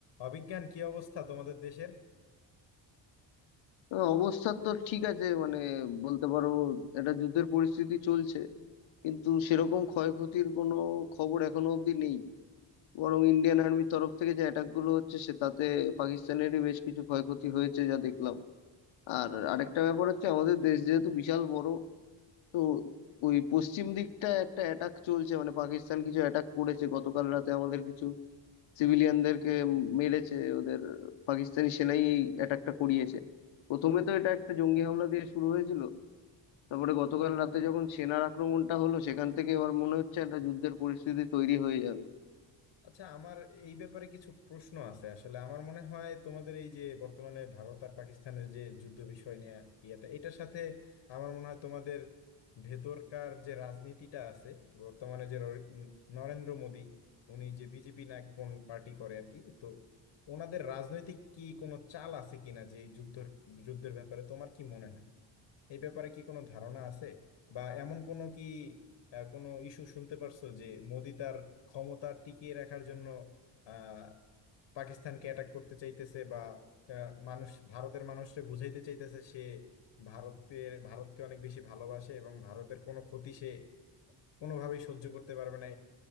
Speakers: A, on the left (about 65°); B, on the left (about 85°).
A: অবিজ্ঞান কি অবস্থা তোমাদের দেশের
B: হ্যাঁ, অবস্থা তো ঠিক আছে মানে বলতে পারো একটা যুদ্ধের পরিস্থিতি চলছে কিন্তু সেরকম ক্ষয়ক্ষতির কোনো খবর এখনো অবধি নেই বরং ইন্ডিয়ান আর্মির তরফ থেকে যে অ্যাটাক গুলো হচ্ছে সে তাতে পাকিস্তানেরই বেশ কিছু ক্ষয়ক্ষতি হয়েছে যা দেখলাম আর আরেকটা ব্যাপার হচ্ছে আমাদের দেশ যেহেতু বিশাল বড় তো ওই পশ্চিম দিকটা একটা অ্যাটাক চলছে মানে পাকিস্তান কিছু অ্যাটাক করেছে গতকাল রাতে আমাদের কিছু সিভিলিয়ানদেরকে মেরেছে ওদের পাকিস্তানি সেনাই এই অ্যাটাকটা করিয়েছে প্রথমে তো এটা একটা জঙ্গি হামলা দিয়ে শুরু হয়েছিল তারপরে গতকাল রাতে যখন সেনার আক্রমণটা হলো সেখান থেকে এবার মনে হচ্ছে একটা যুদ্ধের পরিস্থিতি তৈরি হয়ে যাবে
A: আচ্ছা আমার এই ব্যাপারে কিছু প্রশ্ন আছে আসলে আমার মনে হয় তোমাদের এই যে বর্তমানে ভারত আর পাকিস্তানের যে যুদ্ধ বিষয় নিয়ে ইয়েটা এটার সাথে আমার মনে হয় তোমাদের ভেতরকার যে রাজনীতিটা আছে বর্তমানে যে র- উম, নরেন্দ্র মোদী উনি যে বিজেপি না কোন পার্টি করে আর কি তো ওনাদের রাজনৈতিক কি কোনো চাল আছে কিনা যে এই যুদ্ধর যুদ্ধের ব্যাপারে তোমার কি মনে হয় এই ব্যাপারে কি কোনো ধারণা আছে বা এমন কোনো কি আহ, কোনো ইস্যু শুনতে পারছো যে মোদি তার ক্ষমতা টিকিয়ে রাখার জন্য আহ, পাকিস্তানকে অ্যাটাক করতে চাইতেছে বা আহ, মানুষ ভারতের মানুষকে বুঝাইতে চাইতেছে সে ভারতের ভারতকে অনেক বেশি ভালোবাসে এবং ভারতের কোনো ক্ষতি সে কোনোভাবেই সহ্য করতে পারবে না